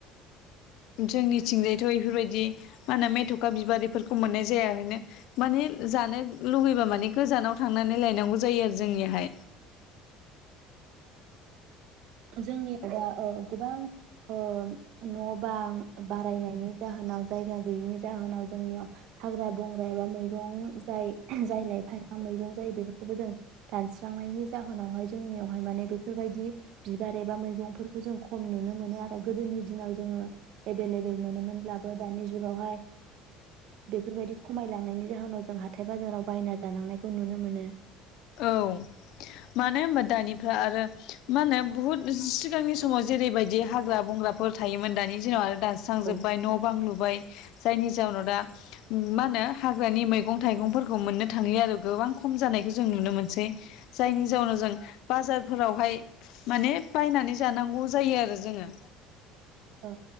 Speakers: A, on the left; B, on the right.
A: जोंनि थिंजायथ' बेफोरबायदि मा होनो मेथ'खा बिबारिफोरखौ मोननाय जायानो माने जानो लुबैबा माने गोजानाव थांनानै लायनांगौ जायो आरो जोंनिहाय
B: जोंनि दा ओ गोबां ओ न' बां बारायनायनि जाहोनाव जायगा गैयैनि जाहोनाव जोंनियाव हाग्रा बंग्रा एबा मैगं जाय जाय लाइफा मैगं जायो बेफोरखौबो जों दानस्रांनायनि जाहोनावहाय जोंनियावहाय माने बेफोरबायदि बिबार एबा मैगंफोरखौ जों खम नुनो मोनो आरो गोदोनि दिनाव जोङो एभेलेबेल मोनोमोनब्लाबो दानि जुगावहाय बेफोरबायदि खमायलांनायनि जाहोनाव जों हाथाय बाजाराव बायना जानांनायखौ नुनो मोनो
A: औ मानो होनबा दानिफ्रा आरो मा होनो बुहुद सिगांनि समाव जेरैबायदि हाग्रा बंग्राफोर थायोमोन दानि दिनाव दानस्रांजोबबाय
B: औ
A: न' बां लुबाय जायनि जाहनाव दा मा होनो हाग्रानि मैगं थाइगंफोरखौ मोननो थांलिया आरो गोबां खम जानायखौ ज जों नुनो मोनसै जायनि जाउनाव जों बाजार फोरावहाय माने बायनानै जानांगौ जायो आरो जोङो
B: अ